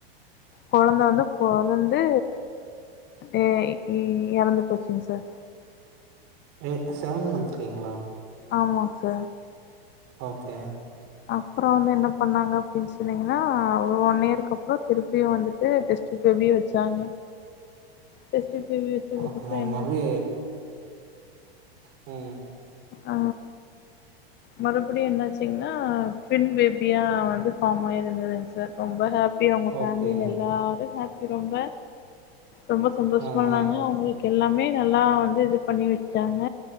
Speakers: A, on the left; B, on the right.
A: கொழந்த வந்து பொறந்து ஏ எறந்து போச்சுங்க சார்
B: எ செவன்த் மந்த்லிங்களா
A: ஆமாங்க சார்
B: ஓகே
A: அப்பறோ வந்து என்ன பண்ணாங்க அப்டின்னு சொன்னீங்கன்னா வன் இயருக்கு அப்றோ த்ருப்பியு வந்துட்டு டெஸ்ட் இப்பெவ்வியு வெச்சாங்க டெஸ்டியூப் பேபி வெச்சதுக்கப்பறோ
B: ஓகே
A: என்ன
B: மறுபடி
A: ஆச்சுன்னா
B: ம்
A: ஆ மறுபடியு என்னாச்சிங்கனா ட்வென் பேபியா வந்து ஃபாமாய் இருந்துதுங்க் சார் ரொம்ப ஹாப்பியா அவ்ங்க
B: ஓகேங்க
A: ஃபேமிலில எல்லாரு ஹாப்பி ரொம்ப ரொம்ப சந்தோஷமா
B: ஆ
A: இருந்தாங்க
B: ஆ
A: அவ்ங்களுக்கு எல்லாமே நல்லா வந்து இது பண்ணி வெச்சாங்க